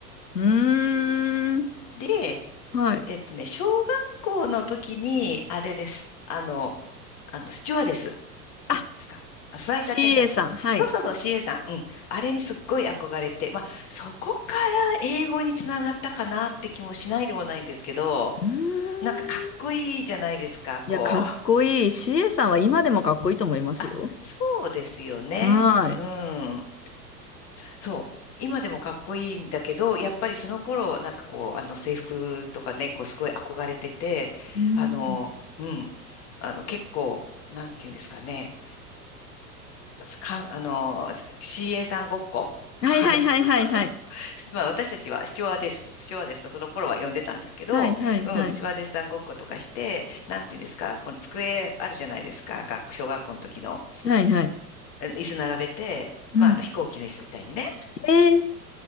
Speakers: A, on the left (about 80°); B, on the left (about 30°).
A: うーん。
B: で、
A: はい。
B: えっとね、小学校の時に、あれです。あの、あの、スチュワーデス。
A: あ、
B: なんていうんですか。あフライトアテンダンスの。
A: CA さん。はい。
B: そうそうそう、CA さん。うん。あれにすっごい憧れて、まあ、そこから英語につながったかなって気もしないでもないんですけど、
A: うーん。
B: なんかかっこいいじゃないですか、こう。
A: いや、かっこいい。CA さんは今でもかっこいいと思いますよ。
B: <laughs> あ、そうですよね。
A: はーい。
B: うん。そう。今でもかっこいいんだけど、やっぱりその頃、なんかこう、あの制服とかね、こうすごい憧れてて、
A: うん
B: あの、うん。あの、結構、なんていうんですかね。か、あの、CA さんごっこ <laughs>
A: はいはいはいはいはい。
B: あの、<laughs> まあ私たちはスチュワーデス、スチュワーデスとその頃は呼んでたんですけど、
A: はいはいはい。
B: うん、スチュワーデスさんごっことかして、なんていうんですか、この机あるじゃないですか、学、小学校の時の、
A: はいはい。
B: あの椅子並べて、
A: うん。
B: まああの飛行機の椅子みたいにね。
A: えー、